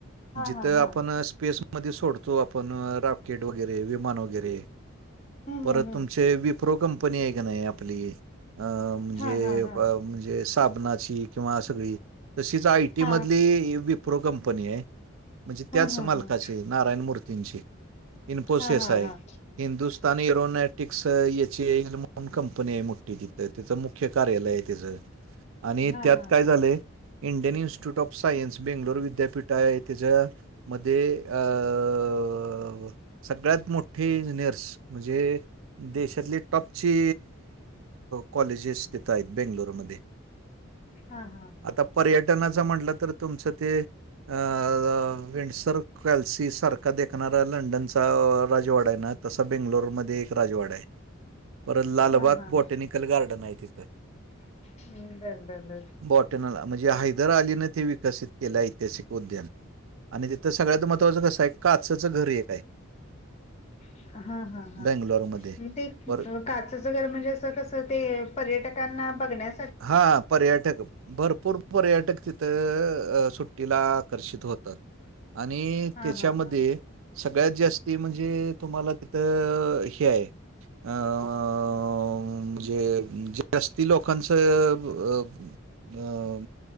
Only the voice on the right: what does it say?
जिथ
आपण स्पेस. मते सोडतो आपण राकेट वगैरे विमान वगैरे
परत
तुमचे वेब. प्रो कंपनी आहे का नाही आपली. अ म्हणजे
ब म्हणजे साबणाची किंवा सगळी. तशीच आयटी
मधली ई विप्रो कंपनी आहे. म्हणजे त्याच
मालकाची.
नारायण मूर्तींची. इन्फोसेस
हाय.
हिंदुस्तानी रोनेट टिकस याची, <unintelligible> कंपनीय मुठी तिथं. त्याचं मुख्य कार्यालय त्याज. आणि
त्यात
काय
झालंय Indian institute of science Bengaluru विद्यापीठाय. त्याच्यामध्ये अ अ सगळ्यात मोठी इंजिनियर्स. म्हणजे, देशातली टॉपची, कॉलेजेस तिथं यात, बेंगलोरमध्ये
आता पर्यटनाच म्हणलं तर, तुमचं ते अ विंसर क्ल्सी सारखा देखणार लंडन अ राजवाडाय ना. तसा बेंगलोरमध्ये एक राजवाडाय. परत लालबाग
पोटॅनिक
कल गारडनाय तिथ.
बॉटनला. म्हणजे, हैदर अलीने ते विकसित केलंय. ऐतिहासिक उद्यान. आणि तिथं, सगळ्यात महत्वाचं कसाय. काचंचं घर एकाय.
बँगलोरमध्ये
पर
हा. पर्यटक भरपूर पर्यटक तिथं, सुट्टीला आकर्षित होतात. आणि
त्याच्यामध्ये,
सगळ्यात जास्ती म्हणजे तुम्हाला तिथं, हे याय आं जे जास्ती लोकांचं, अ